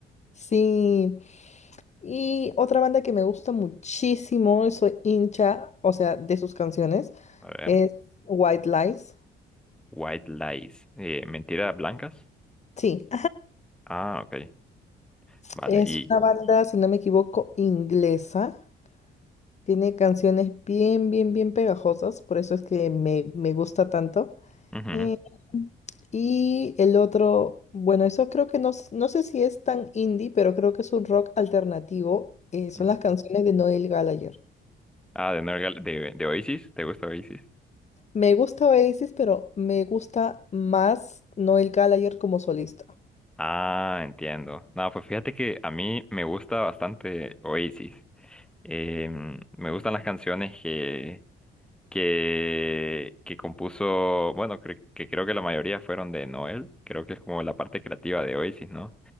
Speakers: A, on the left; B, in the centre.
A: Sí. Y otra banda que me gusta muchísimo, y soy hincha, o sea, de sus canciones,
B: A ver.
A: es White Lies.
B: White lies. Eh, ¿mentiras blancas?
A: Sí.
B: Ah, ok. Vale.
A: Es
B: Y.
A: una banda, si no me equivoco, inglesa. Tiene canciones bien, bien, bien pegajosas, por eso es que me, me gusta tanto.
B: ujú.
A: Eh, y el otro, bueno, eso creo que no, s- no sé si es tan indie, pero creo que es un rock alternativo. eh, son
B: Ujú.
A: las canciones de Noel Gallagher.
B: Ah, de, Norgal- de, de Oasis. ¿Te gusta Oasis?
A: Me gusta Oasis, pero me gusta más Noel Gallagher como solista.
B: Ah, entiendo. No, pues fíjate que a mí me gusta bastante Oasis. Em, me gustan las canciones que que, que compuso, bueno, cre- que creo que la mayoría fueron de Noel, creo que es como la parte creativa de Oasis, ¿no?